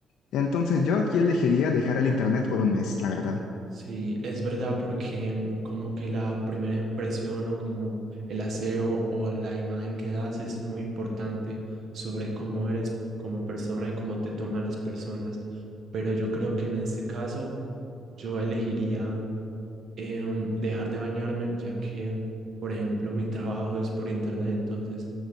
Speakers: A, on the left; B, on the right.
A: Entonces yo aquí elegiría dejar el internet por un mes, la verdad.
B: sí, es verdad porque mm, como que la primera impresión o como el aseo o la imagen que das es muy importante sobre cómo eres como persona y cómo te toman las personas. Pero yo creo que en este caso yo elegiría em, dejar de bañarme, ya que, por ejemplo, mi trabajo es por internet, entonces